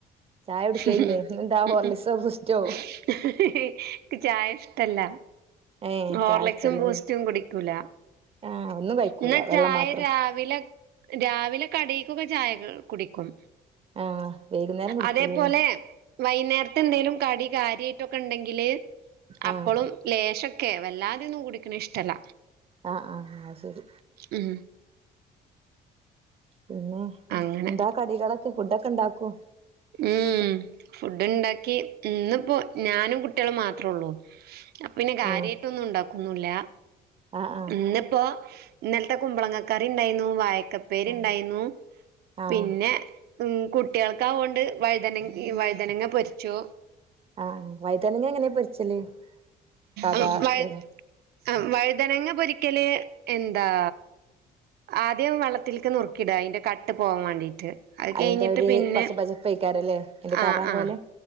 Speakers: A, on the right; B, on the right.
A: ചായ കുടിക്കയില്ലേ
B: ഉ
A: ഇന്നെന്താ
B: ഉ
A: ഹോർലിക്സോ
B: ഹ്
A: ബൂസ്റ്റോ
B: ഹ് ക്ക് ചായ ഇഷ്ടല്ല.
A: ഏഹ്
B: ഹോർലിക്സും
A: ചായ ഇഷ്ടല്ലല്ലേ
B: ബൂസ്റ്റും കുടിക്കൂല.
A: ആഹ് ഒന്നും കഴിക്കൂല
B: എന്ന
A: വെള്ളം
B: ചായ
A: മാത്രം
B: രാവിലെ രാവിലെ കടീക്കൊക്കെ ചായകെ കുടിക്കും.
A: ആഹ് വൈകുന്നേരം കുടിക്കൂലല്ലേ
B: അതേപോലെ വൈന്നേരത്തെ എന്തെലും കടി കാര്യായിട്ടൊക്കെ ഇണ്ടെങ്കില്
A: ആഹ്
B: അപ്പളും ലേശൊക്കെ. വല്ലാതെയൊന്നും കുടിക്കണ ഇഷ്ടല്ല.
A: ആഹ് ആഹ് അത് ശരി.
B: ഉം.
A: പിന്നെ.
B: അങ്ങനെ
A: എന്താ കടികളൊക്കെ, ഫുഡ്ഡൊക്കെ ഇണ്ടാക്കു.
B: ഉം. ഫുഡ്ഡ്ണ്ടാക്കി. ഇന്ന്പ്പോ ഞാനും കുട്ടികളും മാത്രള്ളൂ. അപ്പ പിന്നെ കാര്യായിട്ടൊന്നു
A: ആഹ്
B: ഇണ്ടാക്കൊന്നുല്ല.
A: ആഹ് ആഹ്
B: ഇന്നിപ്പോ ഇന്നലത്തെ കുമ്പളങ്ങക്കറി ഇണ്ടായിരുന്നു, വായക്കപ്പേരി
A: ആഹ്
B: ഇണ്ടായിരുന്നു, പിന്നെ
A: ആഹ്
B: ഉം കുട്ടികൾക്കത് കൊണ്ട് വഴുതന വഴുതനങ്ങ പൊരിച്ചൂ.
A: ആഹ് വഴ്തനങ്ങ എങ്ങനെയാ പൊരിച്ചല്? സാധാ
B: അഹ് വഴ്
A: ഇതന്നെ
B: വഴുതനങ്ങ പൊരിക്കല് എന്താ ആദ്യം വെള്ളത്തിലേക്ക് നുറ്ക്കിയ്ടാ അതിന്റെ കട്ട് പോവാൻ വേണ്ടീട്ട്. അത്
A: അയിന്റെ
B: കയിഞ്ഞിട്ട്
A: ഒരു
B: പിന്നെ,
A: പച്ച പച്ചപ്പേക്കാരല്ലേ അയിന്റെ
B: ആഹ്
A: കറ
B: ആഹ്
A: പോലെ